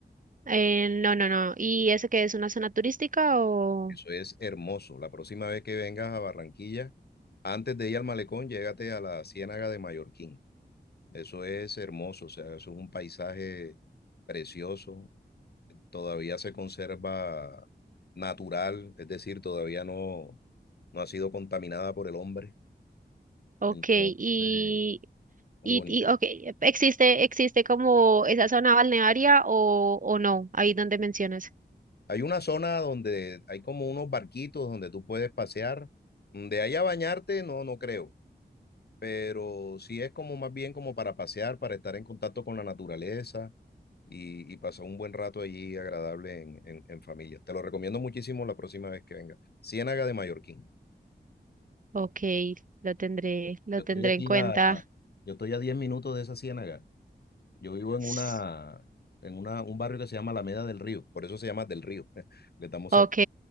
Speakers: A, on the right; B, on the left.
A: Eh, no, no, no. ¿Y eso qué es una zona turística o...?
B: Eso es hermoso. La próxima vez que vengas a Barranquilla, antes de ir al malecón, llégate a la Ciénaga de Mallorquín. Eso es hermoso, o sea, eso es un paisaje precioso. Todavía se conserva natural, es decir, todavía no, no ha sido contaminada por el hombre.
A: Ok,
B: Entonces,
A: y,
B: muy
A: y,
B: bonito.
A: y ok, ¿existe, existe como esa zona balnearia o, o no? Ahí donde mencionas.
B: Hay una zona donde hay como unos barquitos donde tú puedes pasear. De ahí a bañarte, no, no creo. pero sí es como más bien como para pasear, para estar en contacto con la naturaleza y, y pasar un buen rato allí agradable en, en- en familia. Te lo recomiendo muchísimo la próxima vez que venga. Ciénaga de Mallorquín.
A: Ok, lo tendré, lo
B: Yo estoy
A: tendré
B: aquí
A: en cuenta.
B: a, yo estoy a 10 minutos de esa ciénaga. Yo vivo en
A: S-
B: una, en una, un barrio que se llama Alameda del Río, por eso se llama Del Río, <laughs> le estamos
A: Ok,
B: cerca.